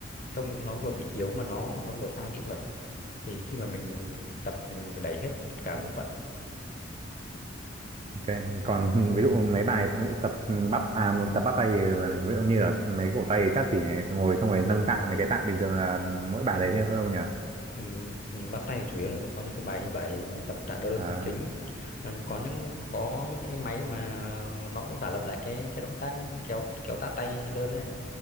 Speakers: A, on the left (about 40°); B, on the right (about 30°).
A: trông nó vừa bị yếu mà nó nó vừa sai kỹ thuật thì khi mà mình tập thì mình phải đẩy hết tất cả bộ phận
B: ok còn ví dụ mấy bài ví dụ tập bắp à một tập bắp tay thì là ví dụ như là mấy cổ tay thì chắc chỉ ngồi xong rồi nâng tạ mấy cái tạ bình thường là mỗi bài đấy thôi không nhỉ
A: Ừ, ừ, bắt tay thì chủ yếu là sẽ có những cái bài như vậy mình tập tạ đơn
B: à,
A: là chính Còn có những có những cái máy mà nó cũng giả lập lại cái cái động tác kéo kéo tạ tay đơn này